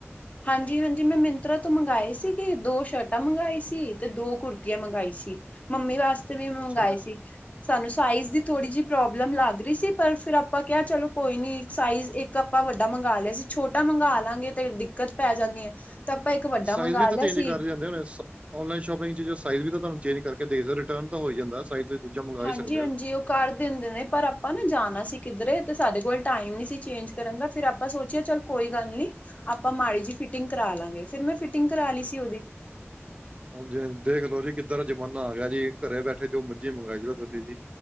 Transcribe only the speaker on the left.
ਹਾਂਜੀ ਹਾਂਜੀ ਮੈਂ ਮਿੰਤਰਾ ਤੋਂ ਮੰਗਵਾਏ ਸੀਗੇ ਦੋ ਸ਼ਰਟਾਂ ਮੰਗਵਾਏ ਸੀ ਤੇ ਦੋ ਕੁੁਰਤੀਆਂ ਮੰਗਵਾਈ ਸੀ ਮੰਮੀ ਵਾਸਤੇ ਵੀ ਮੰਗਵਾਏ
ਸੀ ਸਾਨੂੰ ਸਾਈਜ਼ ਦੀ ਥੋੜ੍ਹੀ ਜਿਹੀ ਪ੍ਰੋਬਲਮ ਲੱਗ ਰਹੀ ਸੀ ਪਰ ਫਿਰ ਆਪਾਂ ਕਿਹਾ ਚਲੋ ਕੋਈ ਨਹੀਂ ਸਾਈਜ਼ ਇੱਕ ਆਪਾਂ ਵੱਡਾ ਮੰਗ ਲਿਆ ਅਸੀਂ ਛੋਟਾ ਮੰਗਗਾ ਲਾਂਗੇ ਤੇ ਦਿੱਕਤ ਪੈ ਜਾਂਦੀ ਹੈ ਤਾਂ ਆਪਾਂ ਇੱਕ ਵੱਡਾ
ਮੰਗਵਾ
ਲਿਆ
ਸੀ
ਹਾਂਜੀ
ਹਾਂਜੀ
ਉਹ ਕਰ ਦਿੰਦੇ ਨੇ ਪਰ ਆਪਾਂ ਨਾ ਜਾਣਾ ਸੀ ਕਿੱਧਰੇ ਤੇ ਸਾਡੇ ਕੋਲ ਟਾਈਮ ਨਹੀਂ ਸੀ ਚੇਂਜ ਕਰਨ ਦਾ ਫਿਰ ਆਪਾਂ ਸੋਚਿਆ ਚੱਲ ਕੋਈ ਗੱਲ ਨੀ ਆਪਾਂ ਮਾੜੀ ਜੀਹੀ ਫਿਟਿੰਗ ਕਰਾ ਲਾਂਗੇ ਫਿਰ ਮੈਂ ਫਿਟਿੰਗ ਕਰਾ ਲਈ ਸੀ ਉਹਦੀ